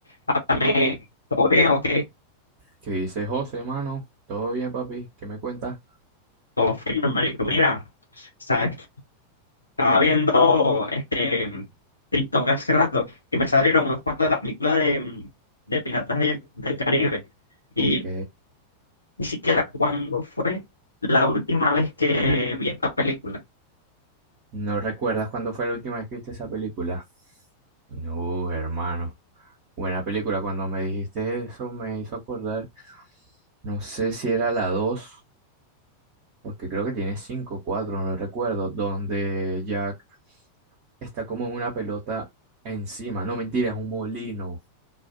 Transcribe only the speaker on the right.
¿Qué dice José, hermano? ¿Todo bien, papi? ¿Qué me cuentas?
Ok.
¿No recuerdas cuándo fue la última vez que viste esa película? No, hermano. Buena película. Cuando me dijiste eso me hizo acordar. No sé si era la 2 porque creo que tiene 5 o 4, no recuerdo. Donde Jack está como en una pelota encima. No, mentira, es un molino.